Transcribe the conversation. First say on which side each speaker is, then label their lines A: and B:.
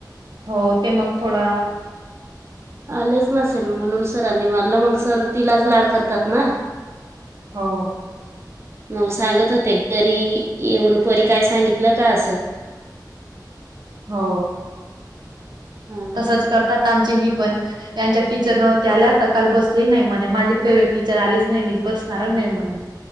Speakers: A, on the right; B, on the right.
A: हो ते मग थोडा
B: आलेच नसेल म्हणून सरांनी मारलं मग सर तिलाच लाड करतात ना
A: हो
B: मग सांगत होते घरी येऊन परी काय सांगितलं का असं
A: हो
B: ह.
A: तसच करतात आमची ही पण त्यांच्या टीचर नव्हती आल्या तर काल बसली नाही म्हणे माझी फेव्हरेट टीचर आलीच नाही मी बसणार नाही म्ह